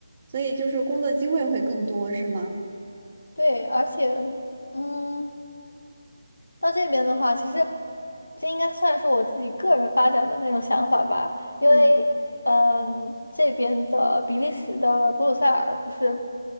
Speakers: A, on the right; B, on the left.
A: 所以就是工作机会会更多，是吗？
B: 对，而且。嗯，到这边的话，其实这应该算是我自己个人发展的那种想法吧，因为嗯，
A: 嗯
B: 这边的比利时的布鲁塞尔不是